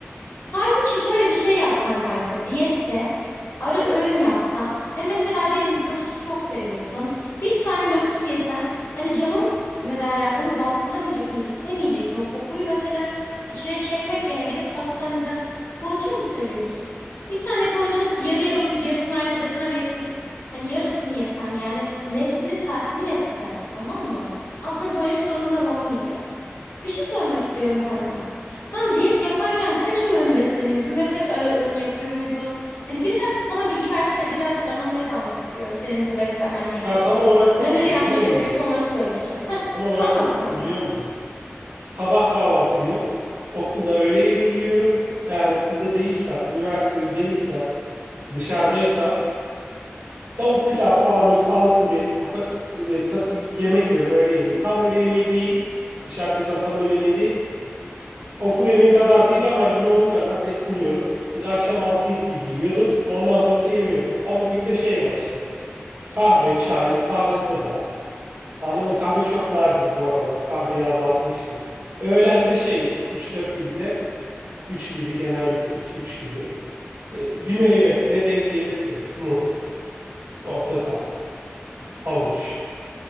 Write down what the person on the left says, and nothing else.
Halbuki şöyle bir şey yapsan kanka diyette ara öğün yapsan ve mesela diyelim ki lotusu çok seviyorsun. Bir tane lotus yesen hani canın ne derler onu baskılamayacak hani istemeyeceksin. O kokuyu mesela içine çekmek yerine gidip pastaneden poğaça mı seviyorsun? Bir tane poğaça alıp yarıya bölüp yarısını arkadaşına verip hani yarısını yesen yani nefsini tatmin etsen tamam mı? Aslında böyle sorunlar olmayacak. Bir şey sormak istiyorum kanka. Sen diyet yaparken kaç öğün besleniyordun ve kaç ara öğün yapıyor muydun? Hani biraz bana bilgi versene, birazcık anamnez almak istiyorum senin bu beslenmenle ilgili.
Neleri yanlış
yapıyorsun onları söyleyeceğim. Heh,
anlat
kanka.